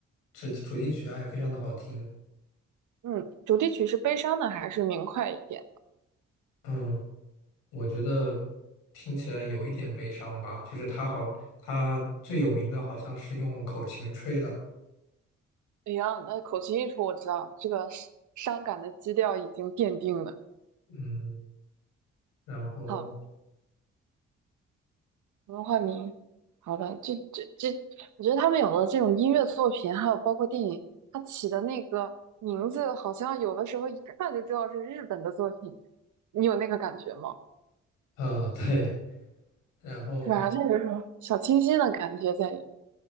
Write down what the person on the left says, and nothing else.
主题主题曲啊也非常的好听，
嗯，我觉得听起来有一点悲伤吧，就是它好，它最有名的好像是用口琴吹的，
嗯，然后
呃对，然后